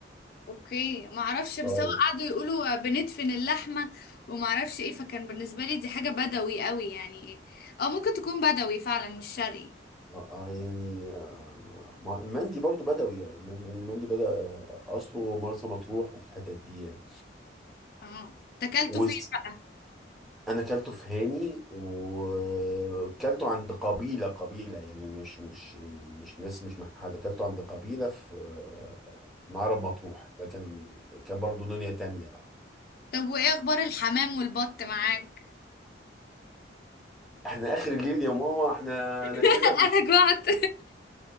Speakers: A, on the left; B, in the centre.
A: اوكي ما اعرفش بس
B: اه
A: هو قعدوا يقولوا بندفن اللحمه وما اعرفش ايه فكان بالنسبه لي دي حاجه بدوي قوي يعني ايه اه ممكن تكون بدوي فعلا مش شرقي
B: آه، يعني آه، ما هو المندي برضو بدوي آه، المن- المندي بدأ أصله مرسى مطروح والحتت دي يعني
A: اه تاكلته
B: وس-
A: فين بقى
B: أنا كلته في هاني وكلته عند قبيلة قبيلة يعني مش مش يعني مش ناس مش محل كلته عند قبيلة في آه، معرب مطروح ده كان كان برضو دنيا تانية بقى
A: طب وايه اخبار الحمام والبط معاك
B: احنا آخر الليل يا ماما احنا أنا
A: <laughs>
B: كده مش
A: انا جعت